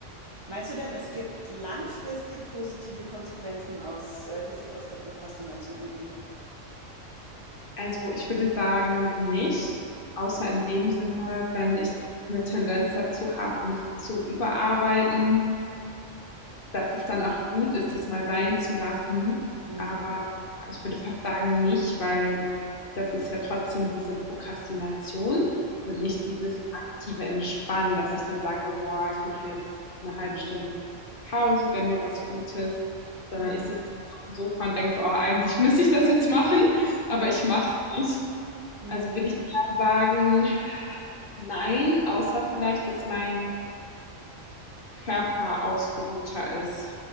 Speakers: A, on the right; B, on the left.
A: Meinst du denn, es gibt langfristig positive Konsequenzen aus, äh, die sich aus der Prokrastination ergeben?
B: also ich würde sagen, nicht, außer in
A: Mhm.
B: dem Sinne, wenn ich eine Tendenz dazu habe, mich zu überarbeiten dass es dann auch gut ist, das mal sein zu lassen.
A: Mhm.
B: Aber ich würde fast sagen, nicht, weil das ist ja trotzdem diese Prokrastination und nicht
A: Mhm.
B: dieses aktive Entspannen, dass ich dann sage, wow, ich mache jetzt eine halbe
A: Mhm.
B: Stunde Pause, gönne mir was Gutes, sondern
A: Mhm.
B: ich sitze auf dem Sofa und denke so, oh, eigentlich müsste ich das jetzt machen, aber
A: Mhm.
B: ich mache es nicht.
A: Mhm.
B: Also würde ich eher sagen, nein, außer vielleicht, dass mein Körper ausgeruhter ist.